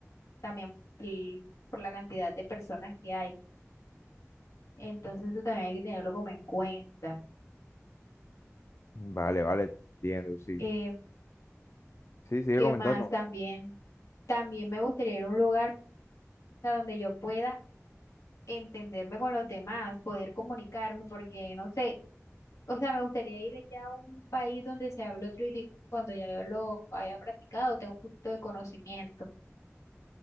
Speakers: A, on the left; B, on the left.
A: también por, el- por la cantidad de personas que hay, entonces eso también hay que tenerlo como en cuenta.
B: vale, vale, entiendo, sí.
A: Eh,
B: Sí, sigue
A: ¿qué
B: comentando.
A: más? También, también me gustaría ir a un lugar a donde yo pueda entenderme con los demás, poder comunicarme, porque no sé, o sea, me gustaría ir allá a un país donde se hable otro idioma cuando ya yo lo haya practicado, tengo un punto de conocimiento.